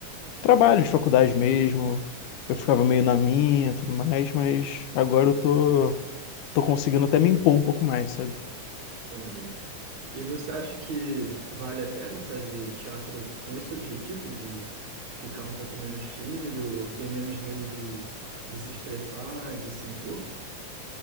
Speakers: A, on the left; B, on the right.
A: trabalho de faculdade mesmo, eu ficava meio na minha, e tudo mais, mas agora eu tô tô conseguindo até me impor um pouco mais, sabe?
B: Entendi. E você acha que vale a pena fazer teatro com esse objetivo de ficar um pouco menos tímido ou ter menos medo de, de se expressar, de se impor?